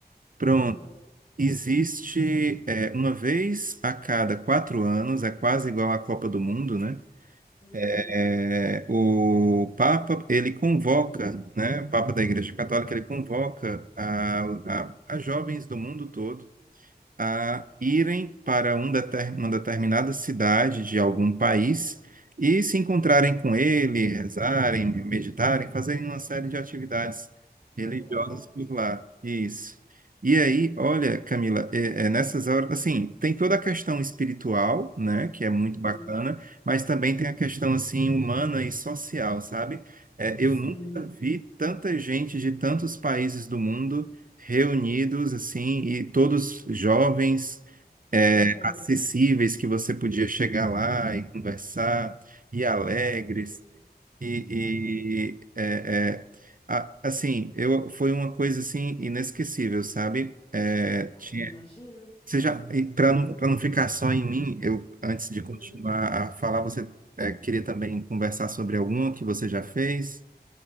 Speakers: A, on the right; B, on the left.
A: Pronto,
B: não, não.
A: existe é, uma vez a cada quatro anos, é quase igual à Copa do Mundo, né?
B: Uhum.
A: é, o Papa, ele convoca, né, o Papa da Igreja Católica, ele convoca a, a, a jovens do mundo todo a
B: Sim.
A: irem para um deter- uma determinada cidade de algum país e se encontrarem com ele, rezarem, meditarem, fazerem uma série de atividades
B: Que
A: religiosas
B: legal.
A: por lá. Isso. E aí, olha, Camila, é, é nessas horas, assim, tem toda a questão espiritual, né, que é muito
B: Uhum.
A: bacana, mas também tem a questão, assim, humana e social, sabe? É, eu
B: Sim.
A: nunca vi tanta gente de tantos países do mundo reunidos assim e todos jovens é,
B: Aham.
A: acessíveis que você podia chegar lá e conversar e alegres
B: Sim.
A: e,
B: Aham.
A: e, é, é, a- assim eu foi uma coisa assim inesquecível sabe é,
B: Nossa,
A: tinha
B: eu imagino.
A: você já para não para não ficar só em mim eu antes de
B: Uhum.
A: continuar a falar você é, queria também conversar sobre alguma que você já fez